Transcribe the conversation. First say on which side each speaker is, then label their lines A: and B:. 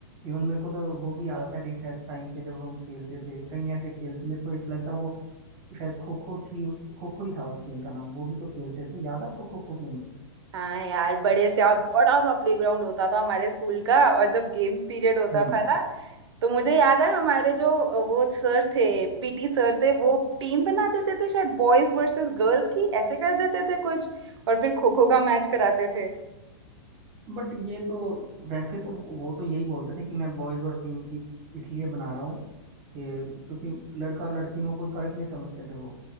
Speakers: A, on the right; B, on the right.
A: इवन मेरे को तो वो भी याद आता है रिसेस टाइम पे जब हम खेलते थे कई ऐसे खेल मेरे को एक लगता है वो शायद खो खो थी उस खो खो ही था उस खेल का नाम वो भी तो खेलते थे याद है आपको खो खो गेम
B: हाँ यार बड़े से और बड़ा सा प्लेग्राउंड होता था हमारे स्कूल का और जब गेम्स पीरियड होता
A: हम्म
B: था ना तो मुझे याद है हमारे जो वो सर थे पीटी सर थे वो टीम बना देते थे शायद बॉयज वर्सेस गर्ल्स की ऐसे कर देते थे कुछ और फिर खो खो का मैच कराते थे
A: बट ये तो वैसे तो वो तो यही बोलते थे कि मैं बॉयज और टीम की इसलिए बना रहा हूँ ये क्योंकि लड़का और लड़की में कोई फर्क नहीं समझते थे वो